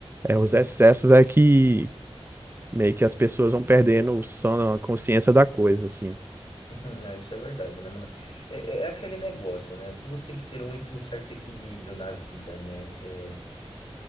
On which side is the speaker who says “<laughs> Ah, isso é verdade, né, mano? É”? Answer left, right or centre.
Left